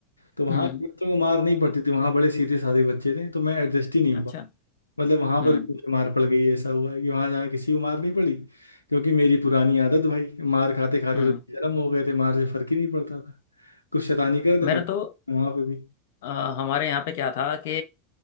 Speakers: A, on the left; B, on the left.
A: तो वहाँ
B: हम्म
A: के बच्चों को मार नहीं पड़ती थी वहाँ बड़े सीधे साधे बच्चे थे तो मैं एडजस्ट ही नहीं हो
B: अच्छा
A: पा मतलब वहाँ
B: हम्म
A: पर भी मुझे मार पड़ गई ऐसा हुआ है कि वहाँ जहाँ किसी को मार नहीं पड़ी क्योंकि मेरी पुरानी आदत भाई मार खाते खाते
B: हम्म
A: तो बेशरम हो गए थे मार से फर्क ही नहीं पड़ता था कुछ शैतानी कर
B: मेरा
A: दे तो
B: तो
A: वहाँ पे भी
B: अ, हमारे यहाँ पे क्या था कि